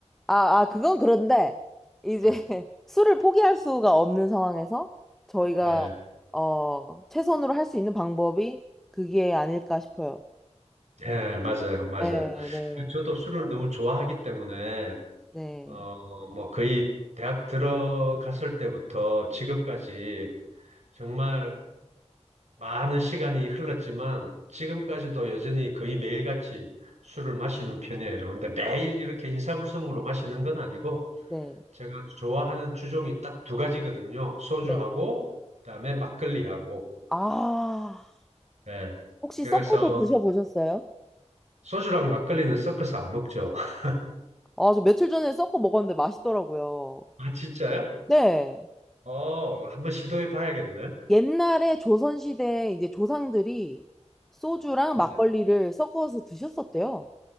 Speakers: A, in the centre; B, on the right (about 70°).
A: 아, 아, 그건 그런데, 이제
B: 예,
A: <laughs> 술을 포기할 수가 없는 상황에서 저희가,
B: 예,
A: 어, 최선으로 할 수 있는 방법이 그게 아닐까 싶어요.
B: 예, 맞아요, 맞아요.
A: 네, 네,
B: 저도 술을 너무 좋아하기 때문에
A: 네,
B: 어, 뭐 거의 대학 들어갔을 때부터 지금까지 정말 많은 시간이 흘렀지만 지금까지도 여전히 거의 매일같이 술을 마시는 편이에요. 근데 매일 이렇게 인사불성으로 마시는 건 아니고
A: 네,
B: 제가 좋아하는 주종이 딱 두 가지거든요. 소주하고
A: 네.
B: 그다음에 막걸리하고.
A: 아,
B: 예.
A: 혹시
B: 그래서
A: 섞어도 드셔보셨어요?
B: 소주랑 막걸리는 섞어서 안 먹죠. <laughs>
A: 아, 저 며칠 전에 섞어 먹었는데 맛있더라고요.
B: 아, 진짜요?
A: 네.
B: 어, 한번 시도해 봐야겠네.
A: 옛날에 조선시대 이제 조상들이 소주랑
B: 네.
A: 막걸리를 섞어서 드셨었대요.